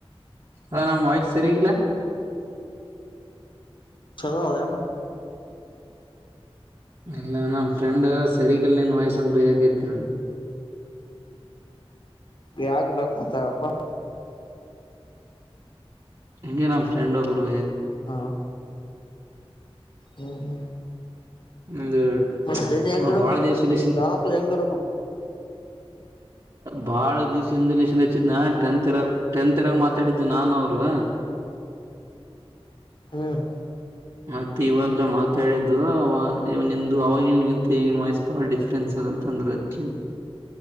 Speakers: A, on the right; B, on the left.
A: ಅ ನಮ್ಮ ವಯಸ್ಸ ಸರಲ.
B: ಚಲೋ ಅದ ಯಾಕ.
A: ಇಲ್ಲ ನಮ್ಮ್ ಫ್ರೆಂಡ್ ಸರಿಗಲ್ ನೀನ್ ವಯ್ಸಂತ ಬೇಯಕತಿರು.
B: ಯಗ್ಬೇಕು ಮಂತಪ್ಪಾ.
A: ಹಂಗೆ ನ್ ಫ್ರೆಂಡ್ ಒಬ್ಬರು.
B: ಹಾ ಹ್ಮ ಹ್ಮ್.
A: ಒಂದು
B: ಮ ಬೆ ಹೆಂಗರಕ
A: ಹ ಬಾಳ ದಿವ್ಸಲೇಶನ್
B: ಗಾಾವ ಹೆಂಗರಕ.
A: ಬಾಳ ದಿವ್ಸ ಹಿಂದ ಲಚ್ಚಿದ್ ನ ಟೆಂತ್. ರ ಟೆನ್ ತಿರಾಗ ಮಾತಾಡಿದ್ದು ನಾನು ಅವರು.
B: ಹ್ಮ್.
A: ಮತ್ತೆ ಇವಾಗಲ್ಲ ಮಾತಾಡಿದ್ದು ನಿ ಅವವಾಗಿನ್ ಗಿಂತ ಈಗಿನ ವಾಯ್ಸ್ ಬಾಳ ಡಿಫ್ರೆನ್ಸ್ ಅ. ತೊಂದ್ರಕ್ಷ.